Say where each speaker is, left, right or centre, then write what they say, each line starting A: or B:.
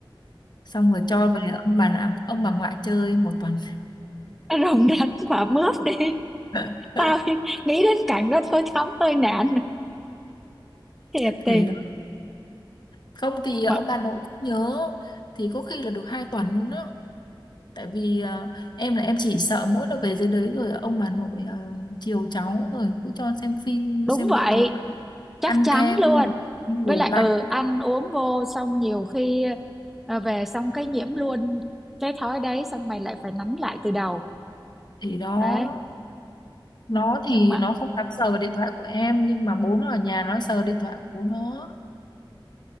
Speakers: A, on the left (about 55°); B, in the centre.
A: xong rồi cho về ông bà ông bà ngoại chơi một tuần
B: <laughs> nó rồng đến quả mướp đi
A: <laughs>
B: tao nghĩ đến cảnh đó thôi thấm hơi nản thiệt tình
A: thì đó. không thì ờ,
B: mà
A: ông bà nội cũng nhớ thì có khi là được hai tuần luôn đó tại vì ờ, em là em chỉ sợ mỗi lần về dưới đấy rồi ông bà nội ờ, chiều cháu rồi cứ cho xem phim
B: đúng
A: xem
B: vậy
A: điện thoại
B: chắc
A: ăn
B: chắn
A: kem
B: luôn
A: ăn
B: với
A: đồ
B: lại
A: lạnh
B: ừ ăn uống vô xong nhiều khi ờ, về xong cái nhiễm luôn cái thói đấy xong mày lại phải nắn lại từ đầu
A: thì đó
B: đấy
A: nó
B: nhưng
A: thì
B: mà
A: nó không dám sờ vào điện thoại của em nhưng mà bố nó ở nhà nó sờ điện thoại của bố nó